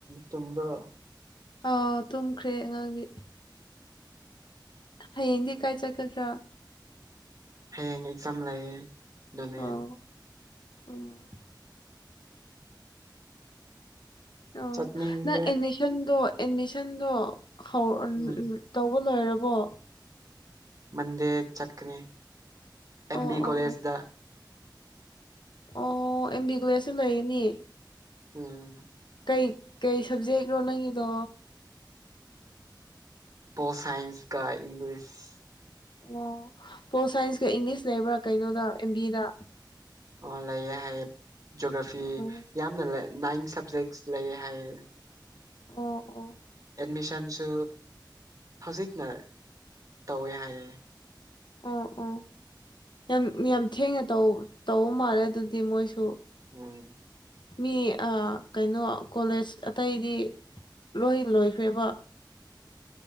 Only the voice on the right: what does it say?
ꯇꯨꯝꯕ꯭ꯔꯣ
ꯍꯌꯦꯡ ꯑꯦꯛꯖꯥꯝ ꯂꯩꯌꯦ ꯑꯗꯨꯅꯦ
ꯆꯠꯅꯤꯡꯗ꯭ꯔꯦ
ꯎꯝ
ꯃꯟꯗꯦ ꯆꯠꯀꯅꯤ ꯑꯦꯝ
ꯕꯤ
ꯀꯣꯂꯦꯖꯗ
ꯎꯝ
ꯄꯣꯜ ꯁꯥꯏꯟꯁ ꯀꯥ ꯏꯪꯂꯤꯁ
ꯑꯣ ꯂꯩꯑꯦ ꯍꯥꯏꯌꯦ ꯖꯣꯒ꯭ꯔꯥꯐꯤ
ꯌꯥꯝ ꯌꯥꯝ ꯂꯩꯌꯦ ꯍꯥꯢꯌꯦ ꯅꯥꯏꯟ ꯁꯥꯞꯖꯦꯛꯁ ꯂꯩꯌꯦ ꯍꯥꯏꯌꯦ
ꯑꯦꯠꯃꯤꯁꯟꯁꯨ ꯍꯧꯖꯤꯛꯅ ꯇꯧꯋꯦ ꯍꯥꯏꯌꯦ
ꯁꯋꯥꯢ